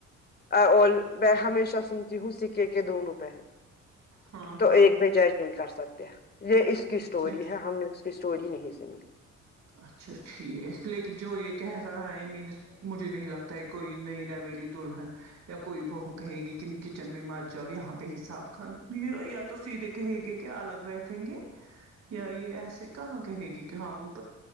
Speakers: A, on the left; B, on the right.
A: اور میں ہمیشہ سنتی ہوں سکے کے دونوں پہر
B: ہاں
A: تو
B: ہاں
A: ایک پہ جج نہیں کر سکتے یہ اس
B: اچھا
A: کی اسٹوری
B: ٹھیک
A: ہے ہم نے کی اسٹوری نہیں سنی
B: اچھا ٹھیک لیکن جو یہ کہہ رہا ہے مینس مجھے نہیں لگتا ہے کوئی نئی نویلی دلہن یا کوئی بہو کہے گی کہ کچن میں مت جاؤ یہاں پہ حساب خہ یہ یا تو سیدھے کہے گے کہ الگ بیٹھیں گے یا یہ ایسے کہاں کہے گی کہ ہم ا